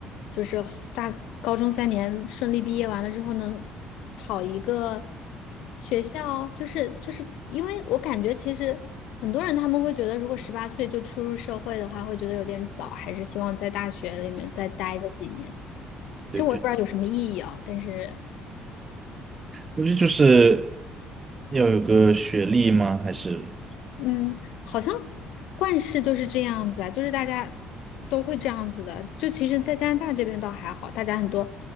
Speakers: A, on the left; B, on the right.
A: 就是大高中三年顺利毕业完了之后能考一个学校，就是就是因为我感觉其实很多人他们会觉得，如果十八岁就出入社会的话，会觉得有点早，还是希望在大学里面再待个几年。其实我也不知道有什么意义啊，
B: 对对，
A: 但是。
B: 不是就是要有个学历吗？还是
A: 嗯，好像惯事就是这样子啊，就是大家都会这样子的。就其实，在加拿大这边倒还好，大家很多，